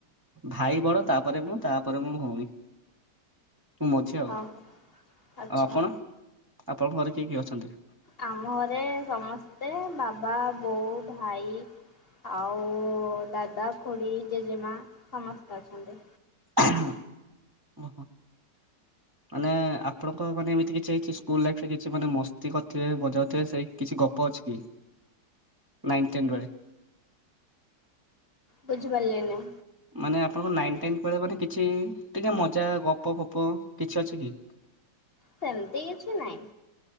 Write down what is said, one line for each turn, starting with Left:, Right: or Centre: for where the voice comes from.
Right: ଭାଇ ବଡ଼ ତାପରେ ମୁଁ ତାପରେ ମୋ ଭଉଣୀ। ମୁଁ ମଝି ଆଉ। ଆଉ
Left: ଓହୋ ଆଚ୍ଛା।
Right: ଆପଣ ଆପଣଙ୍କ ଘରେ କିଏ କିଏ ଅଛନ୍ତି?
Left: ଆମ ଘରେ ସମସ୍ତେ ବାବା, ବୋଉ, ଭାଇ ଆଉ ଦାଦା, ଖୁଡ଼ି, ଜେଜେମା ସମସ୍ତେ ଅଛନ୍ତି।
Right: ହୁଁ ଓହୋ। ମାନେ ଏ ଏ ଆପଣଙ୍କ ମାନେ ଏମିତି କିଛି ହେଇଚି ସ୍କୁଲ୍ ଲାଇଫ୍ ରେ କିଛି ମାନେ ମସ୍ତି କରିଥିବେ ମଜାଉଥିବେ ସେଇ କିଛି ଗପ ଅଛି କି? ନାଇନ ଟେନ୍ ରହେ।
Left: ବୁଝିପାରିଲିନି।
Right: ମାନେ ଆପଣଙ୍କ ନାଇନ ଟେନ୍ଥ ବେଳେ ମାନେ କିଛି ଟିକେ ମଜା ଗପ ଫପ କିଛି ଅଛି କି?
Left: ସେମତି କିଛି ନାଇଁ।